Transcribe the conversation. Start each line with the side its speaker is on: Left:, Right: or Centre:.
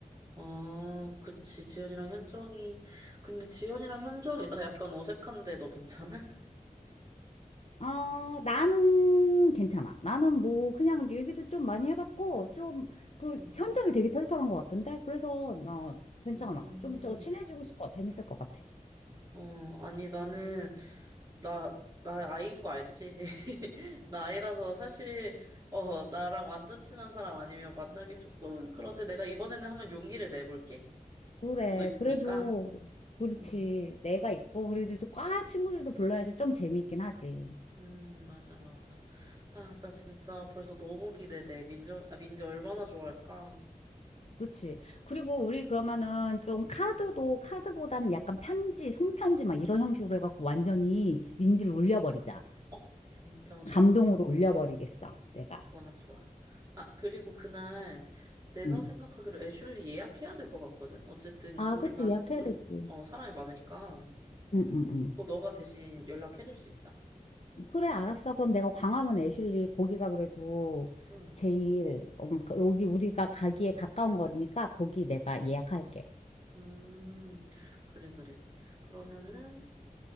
Right: 아, 그치, 지연이랑 현정이. 근데 지연이랑 현정이, 나 약간 어색한데, 너 괜찮아?
Left: 어, 나는 괜찮아. 나는 뭐, 그냥 얘기도 좀 많이 해봤고, 좀, 그,
Right: 음,
Left: 현정이 되게 털털한 것 같은데? 그래서 나 괜찮아.
Right: 음,
Left: 좀 더 친해지고 싶어. 재밌을 것 같아.
Right: 어, 아니, 나는, 나, 나 아이인 거 알지? <laughs> 나 아이라서 사실, 어, 나랑 완전 친한 사람 아니면 만나기 조금, 그런데 내가 이번에는 한번 용기를 내볼게.
Left: 그래.
Right: 너도 있으니까.
Left: 그래도, 그렇지.
Right: 음,
Left: 내가 있고, 그래도 또과 친구들도 불러야지 좀 재미있긴 하지.
Right: 음, 맞아, 맞아. 아, 나 진짜 벌써 너무 기대돼. 민지, 아, 민지 얼마나 좋아할까?
Left: 그치. 그리고 우리 그러면은 좀 카드도,
Right: 음.
Left: 카드보다는 약간 편지, 손편지 막 이런 형식으로 해갖고 완전히 민지를 울려버리자.
Right: 어, 진짜 좋아.
Left: 감동으로 울려버리겠어. 내가.
Right: 좋아, 좋아. 아, 그리고 그날 내가
Left: 응.
Right: 생각하기로 애슐리 예약해야 될 것 같거든? 어쨌든
Left: 아,
Right: 우리가
Left: 그치. 예약해야
Right: 좀,
Left: 되지.
Right: 어, 사람이 많으니까.
Left: 응, 응, 응.
Right: 그거 너가 대신 연락해줄 수 있어?
Left: 그래, 알았어. 그럼 내가 광화문 애슐리 거기가 그래도
Right: 응.
Left: 제일, 음, 여기 우리가 가기에 가까운 거리니까 거기 내가 예약할게.
Right: 음, 그래, 그래. 그러면은,